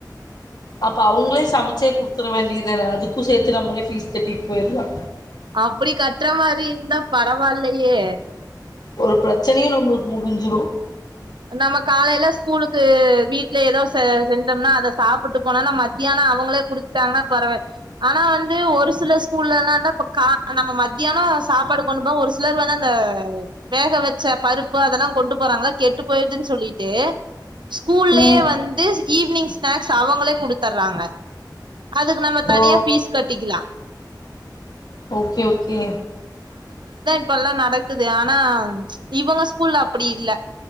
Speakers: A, on the left; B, on the right.
A: அப்ப அவங்ளே சமைச்சே குடுத் கொடுத்தர வேண்டியதானே அதுக்கு சேத்து நம்மளே ஃபீஸ் கட்டிட்டு போயிரலா
B: அப்டி கட்ற மாரி இருந்தா பரவால்லையே
A: ஒரு பிரச்சனையும் நம்மளுக்கு முடிஞ்சுரும்
B: நம்ம காலைல ஸ்கூலுக்கு வீட்ல ஏதோ செ செஞ்சோம்னா அத சாப்பிட்டு போனோன்னா மத்யானோ அவங்களே குடுத்துட்டாங்கன்னா பறவால் ஆனா வந்து ஒரு சில ஸ்கூல்ல என்னனான்னா இப்ப கா நம்ம மத்யானோ சாப்பாடு கொண்டு போவோ ஒரு சிலர் வந்து அந்த வேக வச்ச பருப்பு அதெல்லா கொண்டு போறாங்கள கெட்டு போயிடுதுன்னு சொல்லிட்டு ஸ்கூல்லேயே
A: ம்
B: வந்து ஈவினிங் ஸ்நாக்ஸ் அவங்களே குடுத்துடறாங்க அதுக்கு நம்ம தனியா
A: ஓ
B: ஃபீஸ் கட்டிக்கலா
A: ஓகே ஓகே
B: இப்போலா நடக்குது ஆனா இவங்க ஸ்கூல்ல அப்டி இல்ல